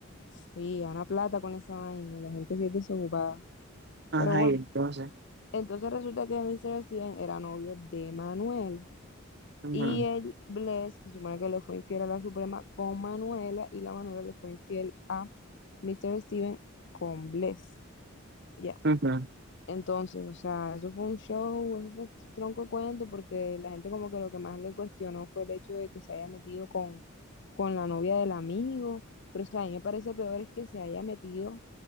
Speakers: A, on the left; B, on the right.
A: Sí, gana plata con esa vaina, la gente sí es desocupada.
B: Ajá,
A: Pero bueno,
B: y entonces.
A: entonces resulta que Mr. Steven era novio de Manuela.
B: ujú,
A: Y el Bless, se supone que le fue infiel a la Suprema con Manuela y la Manuela le fue infiel a Mr. Steven con Bless. Ya.
B: ujú,
A: Entonces, o sea, eso fue un show, eso fue tronco de cuento, porque la gente como que lo que más le cuestionó fue el hecho de que se haya metido con, con la novia del amigo. Pero, o sea, a mí me parece peor es que se haya metido